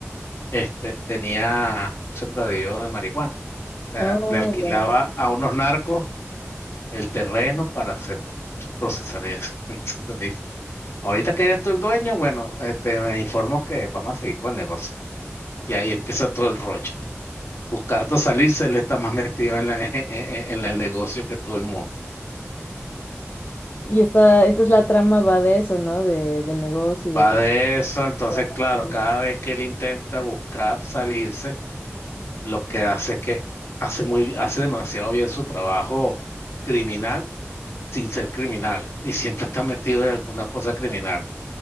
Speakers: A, on the left; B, on the left.
A: este, tenía un sembradío de marihuana. O sea,
B: Oh,
A: le alquilaba
B: ya veo.
A: a unos narcos el terreno para hacer procesar eso. <laughs> Entonces me dice, Ahorita que eres tú el dueño, bueno, este, me informo que vamos a seguir con el negocio. Y ahí empieza todo el rollo. Buscando salirse, él está más metido en, la- <laughs> en- el negocio que todo el mundo.
B: Y está, entonces la trama va de eso, ¿no? De, del negocio y de
A: Va
B: todo.
A: de eso, entonces,
B: Ya,
A: claro,
B: claro.
A: cada vez que él intenta buscar salirse, lo que hace es que hace muy, hace demasiado bien su trabajo criminal sin ser criminal. Y siempre está metido en alguna cosa criminal.